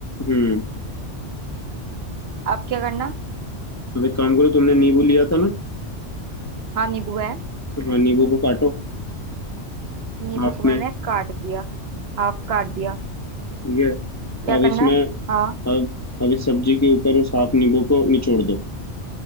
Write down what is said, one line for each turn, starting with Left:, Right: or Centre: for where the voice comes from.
Left: हम्म
Right: अब क्या करना
Left: अब एक काम करो तुमने नींबू लिया था ना
Right: हाँ नींबू है
Left: हाँ नींबू को काटो
Right: नींबू
Left: हाफ
Right: को मैंने
Left: में
Right: काट दिया हाफ काट दिया
Left: ठीक है
Right: क्या
Left: अब
Right: करना
Left: इसमें
Right: है हाँ
Left: अब अब इस सब्जी के ऊपर उस हाफ नींबू को निचोड़ दो